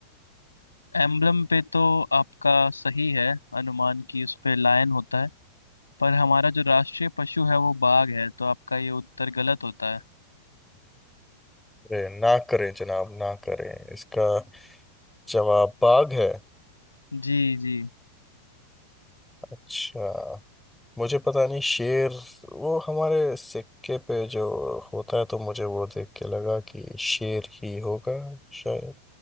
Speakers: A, on the left; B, in the centre.
A: एम्बलम पे तो आपका सही है अनुमान की उस पे लायन होता है पर हमारा जो राष्ट्रीय पशु है वो बाघ है तो आपका ये उत्तर गलत होता है
B: अरे ना करें जनाब ना करें इसका जवाब बाघ है
A: जी जी
B: अच्छा मुझे पता नहीं शेर वो हमारे सिक्के पे जो होता है तो मुझे वो देख के लगा कि शेर ही होगा शायद